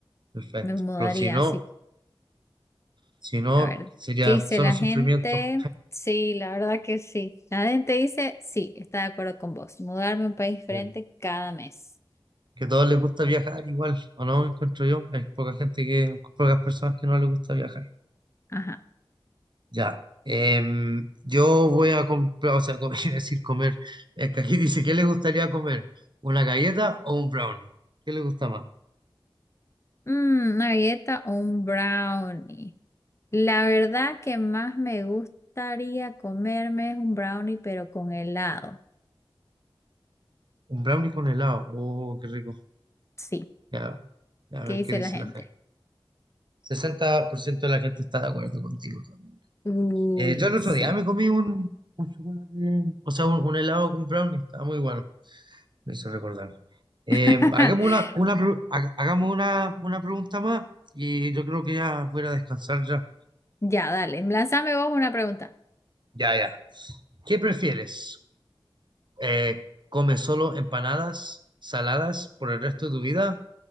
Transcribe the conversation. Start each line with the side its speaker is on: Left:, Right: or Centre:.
Right: Perfecto.
Left: Me mudaría
Right: Pero si no,
Left: así.
Right: si no,
Left: A ver,
Right: sería
Left: ¿qué dice
Right: solo
Left: la
Right: sufrimiento.
Left: gente? Sí, la verdad que sí. La gente dice, sí, está de acuerdo con vos. Mudarme a un país diferente
Right: <laughs>
Left: cada mes.
Right: que a todos les gusta viajar igual, ¿o no? Encuentro yo. Hay poca gente que, pocas personas que no les gusta viajar.
Left: Ajá.
Right: Ya. em, yo voy a comprar, o sea, comer, <laughs> iba a decir comer. Es que aquí dice, ¿qué le gustaría comer? ¿Una galleta o un brownie? ¿Qué le gusta más?
Left: Mm, una galleta o un brownie. La verdad que más me gustaría comerme es un brownie, pero con helado.
Right: Un brownie con helado. Oh, qué rico.
Left: Sí.
Right: Ya, ya, a
Left: ¿Qué
Right: ver
Left: dice
Right: qué dice
Left: la gente?
Right: la gente. sesenta por ciento de la gente está de acuerdo contigo también.
Left: Uy,
Right: Eh, yo el
Left: sí.
Right: otro día me comí un, un chocolate, o sea, un, un helado con brownie. Estaba muy bueno. me hizo recordar. Eh,
Left: <laughs>
Right: hagamos una, una, pro- ha- hagamos una, una pregunta más y yo creo que ya voy a descansar ya.
Left: Ya, dale. Lánzame vos una pregunta.
Right: Ya, ya. ¿Qué prefieres? Eh, ¿come solo empanadas saladas por el resto de tu vida